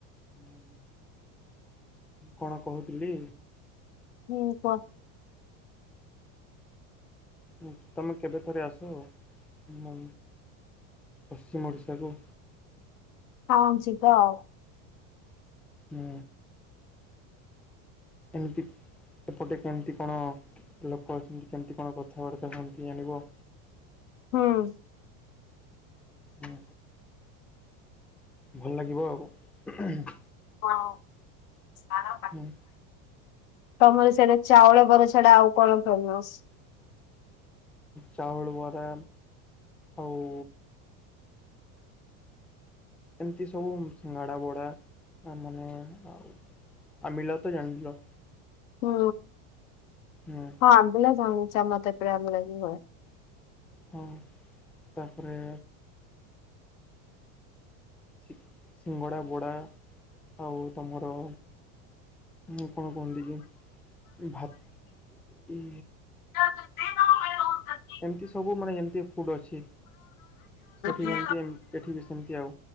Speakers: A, in the centre; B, on the left.
A: ହୁଁ। ମୁଁ କଣ କହୁଥିଲି
B: ହୁଁ କହ।
A: ଉ ତମେ କେବେଥରେ ଆସ ହୁଁ ପଶ୍ଚିମ ଓଡ଼ିଶାକୁ।
B: ହଁ ଯିବା ଆଉ।
A: ହୁଁ। ଏମିତି ଏପଟେ କେମିତି କଣ ଲୋକ କ ଅଛନ୍ତି କେମିତି କଣ କଥାବାର୍ତ୍ତା ହୁଅନ୍ତି ଜାଣିବ।
B: ହଁ।
A: ହୁଁ। ଭଲ ଲାଗିବ ଆଉ।
B: ହଁ ସାର
A: ହୁଁ।
B: ତମର ସେଇଟା ଚାଉଳ ବର ଛଡା ଆଉ କଣ ଫେମସ?
A: ଚାଉଳ ବରା ଆଉ ଏମତି ସବୁ ସିଙ୍ଗଡା ବଡା ଆ ମାନେ ଆଉ ଆମ୍ବିଲା ତ ଜାଣି ଥିଲ।
B: ହୁଁ
A: ହୁଁ
B: ହଁ ଆମ୍ବିଲା ଜଣଛି ଆମ ତତି ରେ ଅନଲାଇନ ହୁଏ।
A: ହଁ ତାପରେ। ସି ସିଙ୍ଗଡ଼ା ବଡ଼ା ଆଉ ତମର। ମୁଁ କଣ କୁହନ୍ତି କି ଭାତ୍ ଉଁ।
B: <unintelligible>
A: ଏମିତି ସବୁ ମାନେ ଏମତି ଫୁଡ୍ ଅଛି। ସେଠି
B: ହୁଁ।
A: ଯେମିତି ଏମ ଏଠି ବି ସେମିତି ଆଉ